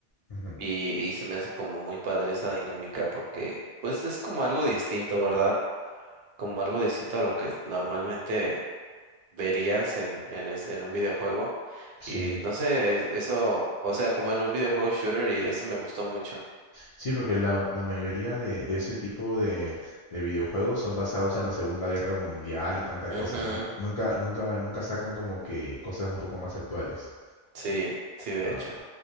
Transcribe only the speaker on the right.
y, y se me hace como muy padre esa dinámica porque pues es como algo distinto, ¿verdad? Como algo distinto a lo que normalmente verías en, en, es- en un videojuego.
Y no sé, es- eso, o sea, como en un videojuego shooter y eso me gustó mucho.
Ujú,
Sí, sí, de
hecho.